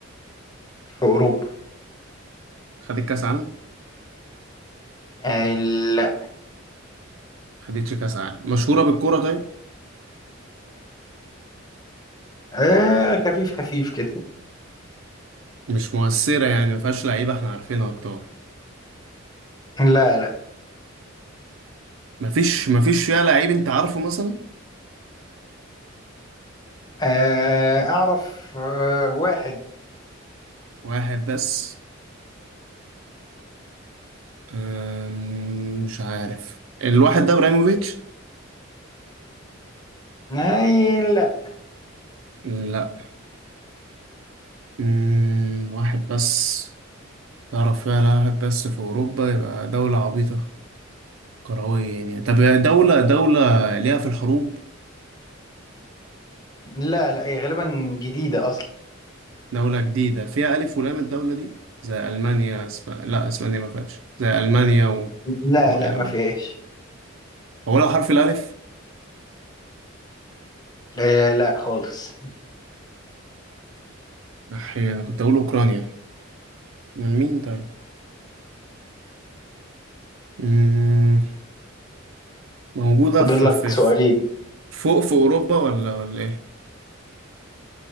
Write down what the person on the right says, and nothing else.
خدت كاس عالم
خدتش كاس عالم مشهورة بالكورة طيب
مش مؤثرة يعني ما فيهاش لعيبة احنا عارفينها اكتر
ما فيش ما فيش فيها لعيب انت عارفه مثلا
واحد بس أمم، مش عارف الواحد ده ابراهيموفيتش
لا مم، واحد بس تعرف فيها لا واحد بس في أوروبا يبقى دولة عبيطة كروية يعني طب دولة دولة ليها في الحروب
دولة جديدة فيها ألف ولام الدولة دي زي ألمانيا اسب... لا أسبانيا ما فيهاش زي ألمانيا و...
و...
إيه
ده؟
هو لو حرف الألف
أحيانا أنا كنت أقول أوكرانيا من مين طيب مم، موجودة
في...
في...
في فوق في أوروبا ولا ولا إيه